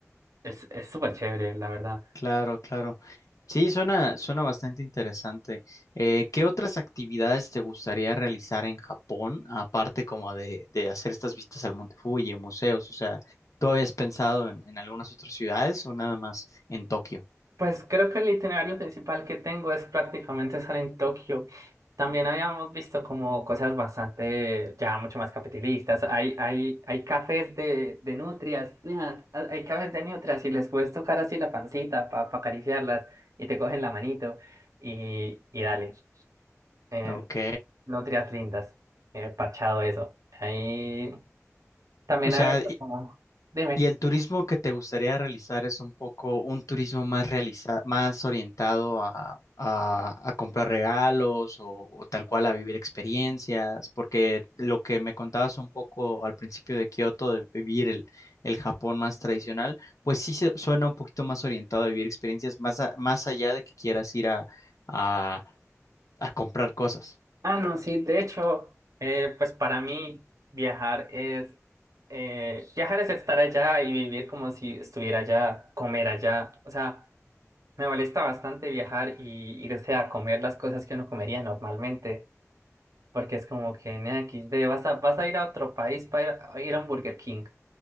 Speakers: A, on the right; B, on the left.
A: Es, es súper chévere, la verdad.
B: Claro, claro. Sí, suena, suena bastante interesante. Eh, ¿qué otras actividades te gustaría realizar en Japón, aparte como de, de hacer estas vistas al Monte Fuji, museos? O sea, ¿tú habías pensado en, en algunas otras ciudades o nada más en Tokio?
A: Pues creo que el itinerario principal que tengo es prácticamente estar en Tokio. También habíamos visto como cosas bastante, ya mucho más capitalistas. Hay, hay, hay cafés de, de nutrias, mira, ha- hay cafés de nutrias y les puedes tocar así la pancita para acariciarlas y te cogen la manito y, y dale. Eh,
B: Ok.
A: nutrias lindas, eh, parchado eso. Ahí también
B: O sea,
A: hay visto como, dime.
B: Y el turismo que te gustaría realizar es un poco un turismo más realiza- más orientado a, a- a comprar regalos o, o tal cual a vivir experiencias, porque lo que me contabas un poco al principio de Kioto, de vivir el, el Japón más tradicional, pues sí se, suena un poquito más orientado a vivir experiencias, más, a- más allá de que quieras ir a, a, a comprar cosas.
A: Ah, no, sí, de hecho, eh, pues para mí viajar es eh, viajar es estar allá y vivir como si estuviera allá, comer allá. O sea, me molesta bastante viajar y irse a comer las cosas que uno comería normalmente, porque es como que en XD vas a, vas a ir a otro país para ir a, ir a un Burger King.